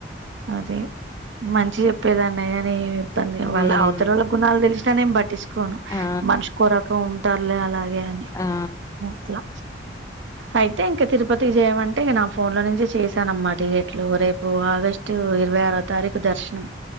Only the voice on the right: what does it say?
అదే మంచి చెప్పేదన్నడియ అని ఇబ్బంది వాళ్ళ
అవతలోళ్ళ గుణాలు తెలిసినా నేను పట్టిుకోను
మనిషికో రకం ఉంటారులే అలాగే అని
అట్లా అయితే ఇంకా తిరుపతి చేయమంటేక నా ఫోన్ లో నుంచిే చేశానమ్మా టికెట్లు రేపు ఆగస్టు ఇ ఇరయ్ తారీఖు దర్శనం